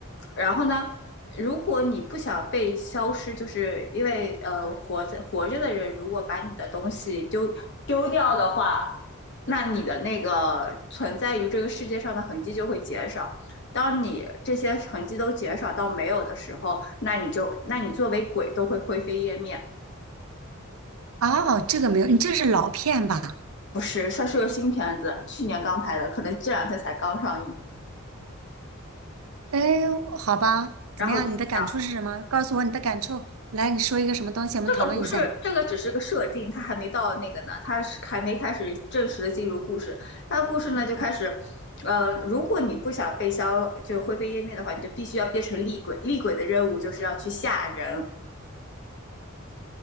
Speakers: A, on the left (about 55°); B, on the right (about 80°).
A: 然后呢，如果你不想被消失，就是因为呃，活着活着的人如果把你的东西丢丢掉的话，那你的那个存在于这个世界上的痕迹就会减少。当你这些痕迹都减少到没有的时候，那你就那你作为鬼都会灰飞烟灭。
B: 哦，这个没有，你这是老片吧？
A: 不是，算是个新片子，去年刚拍的，可能这两天才刚上映。
B: 哎，好吧，怎么样？
A: 然后就这样
B: 你的感触是什么？告诉我你的感触，来，你说一个什么东西，我们讨论一下，
A: 这个不是，这个只是个设定，它还没到那个呢，它是还没开始正式的进入故事。它的故事呢就开始，呃，如果你不想被消，就灰飞烟灭的话，你就必须要变成厉鬼。厉鬼的任务就是要去吓人，